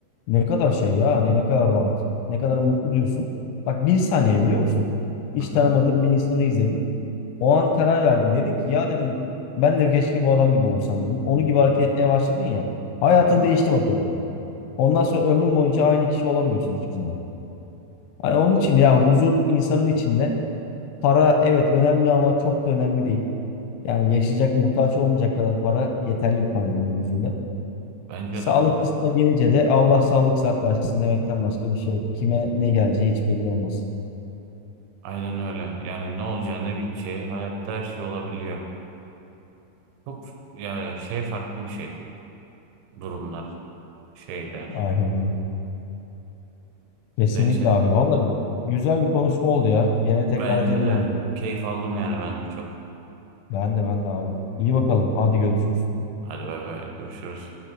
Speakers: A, on the left; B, on the right.
A: ne kadar şey ya hani ne kadar rahat, ne kadar mutlu diyorsun. Bak bir saniye biliyor musun? Hiç
B: Hı hı,
A: tanımadığın bir insanı izledin. O an karar verdin. Dedi ki ya dedim ben de keşke bu adam gibi olsam dedim. Onun gibi hareket etmeye başladın ya. Hayatın
B: hı hı.
A: değişti bak orada. Ondan sonra ömrün boyunca aynı kişi olamıyorsun hiçbir zaman. Hani onun için ya huzur insanın içinde. Para evet önemli ama çok da önemli değil. Yani yaşayacak, muhtaç olmayacak kadar para yeterli bir para benim gözümde.
B: Bence
A: Sağlık
B: de.
A: kısmına gelince de Allah sağlık sıhhat versin demekten başka bir şey yok. Kime ne geleceği hiç belli olmaz.
B: Aynen öyle. Yani ne olacağı ne biteceği hayatta her şey olabiliyor. Çok f- yani şey farklı bir şey. Durumlar, şeyler.
A: Aynen öyle. Kesinlikle
B: Neyse.
A: abi. Vallahi güzel bir konuşma oldu ya. Gene tekrar
B: Bence
A: edelim
B: de
A: bunu.
B: keyif aldım yani ben de çok.
A: Ben de ben de abi. İyi bakalım. Hadi görüşürüz.
B: Hadi bay bay görüşürüz.